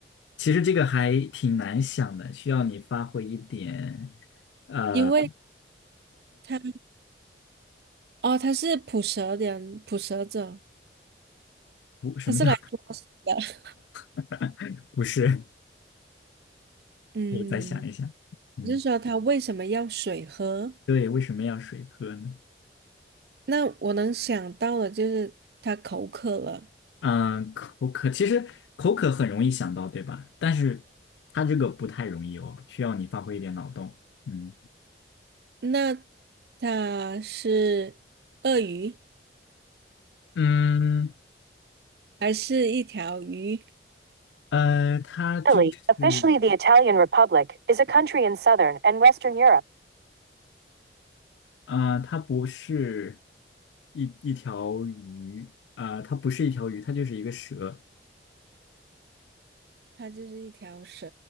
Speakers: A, on the left; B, on the right.
A: 其实这个还挺难想的，需要你发挥一点，呃，
B: 因为他哦，他是捕蛇人，捕蛇者，
A: 不，什么叫
B: 他是来抓蛇的。<laughs>
A: <laughs> 不是？
B: 嗯，
A: 可以再想一想。嗯，
B: 就是说他为什么要水喝？
A: 对，为什么要水喝呢？
B: 那我能想到的就是他口渴了。
A: 嗯，口渴其实口渴很容易想到，对吧？但是它这个不太容易哦，需要你发挥一点脑洞。嗯
B: 那他是鳄鱼，
A: 嗯，
B: 还是一条鱼？
A: 呃，它就是
B: Italy, officially the Italian Republic, is a country in southern and western Europe.
A: 啊、呃它不是一一条鱼啊、呃它不是一条鱼，它就是一个蛇。
B: 它就是一条蛇。